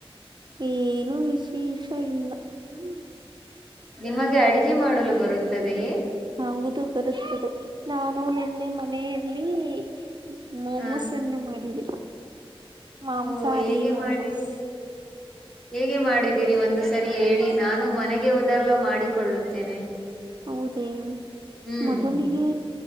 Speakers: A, on the right; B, in the centre.
A: ಏನುೂ ವಿಶೇಷ ಇಲ್ಲ ಹ್ಮ
B: ನಿಮಗೆ ಅಡಿಗೆ ಮಾಡಲು ಬರುತ್ತದೆಯೇ
A: ಹೌದು ಬರುತ್ತದೆ ನಾನು ನಿನ್ನೆ ಮನೆಯಲ್ಲಿ <unintelligible> ಮೊಮೋಸ್ನ
B: ಹ
A: ಮಾಡಿದೆ ಮಾಂಸಾರಿ
B: ಓ ಹೇಗೆ
A: ಮೊಮೋಸ್
B: ಮಾಡಿ ಹೇಗೆ ಮಾಡಿದೀರಿ ಒಂದು ಸರಿ ಹೇಳಿ ನಾನು ಮನೆಗೆ ಹೋದಾಗ ಮಾಡಿಕೊಳ್ಳುತ್ತೇನೆ.
A: ಹೌದೇ
B: ಹ್ಮ್
A: ಮೊದಲಿಗೆ